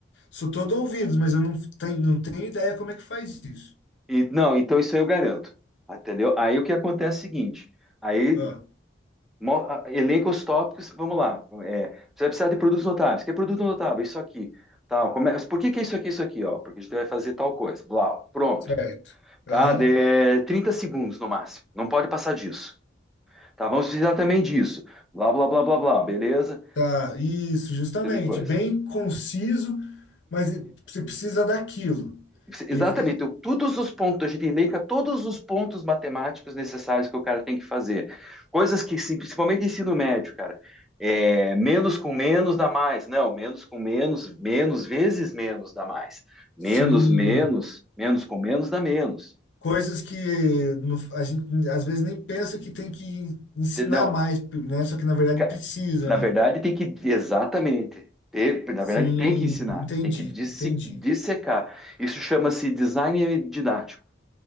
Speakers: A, on the left; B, in the centre.
A: sou todo ouvido, mas eu não tenho, não tenho ideia como é que faz isso.
B: E, não, então isso aí eu garanto, entendeu? Aí o que acontece é o seguinte, aí
A: Ah,
B: mo- a- elenca os tópicos, vamos lá, é, você vai precisar de produtos notáveis, que é produto notável, isso aqui, tal, começa, por que que é isso aqui, isso aqui, ó, porque a gente vai fazer tal coisa, blau, pronto,
A: certo.
B: tá,
A: Aham.
B: de 30 segundos no máximo, não pode passar disso, tá, vamos precisar também disso, blá, blá, blá, blá, blá, beleza,
A: Tá, isso, justamente.
B: teve coisa.
A: Bem conciso, mas você precisa daquilo.
B: Exatamente,
A: E, e-
B: todos os pontos, a gente elenca todos os pontos matemáticos necessários que o cara tem que fazer. Coisas que, sim, principalmente ensino médio, cara, é, menos com menos dá mais. Não, menos com menos, menos vezes menos dá mais. Menos,
A: sim,
B: menos, menos com menos dá menos.
A: coisas
B: Isso-
A: que não- a gente às vezes nem pensa que tem que ensinar
B: Não,
A: mais, né? Só que na verdade
B: ca-
A: precisa,
B: na
A: né?
B: verdade tem que, exatamente, Tem- na
A: Sim,
B: verdade tem que ensinar,
A: entendi,
B: tem que disse-
A: entendi.
B: dissecar. Isso chama-se design didático,